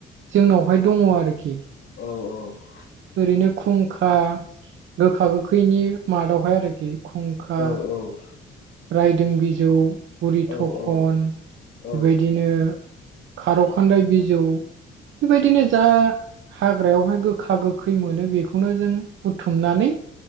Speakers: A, on the right; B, on the left.
A: जोंनावहाय दङ आरोखि
B: औ औ
A: ओरैनो खुंखा गोखा गोखैनि मादावहाय आरोखि खुंखा
B: औ
A: रायदों बिजौ उरि थक
B: औ औ
A: खन
B: औ
A: बेबायदिनो खारौ खान्दाय बिजौ बेबायदिनो जा हाग्रायावहाय गोखा गोखै मोनो बेखौनो जों बुथुमनानै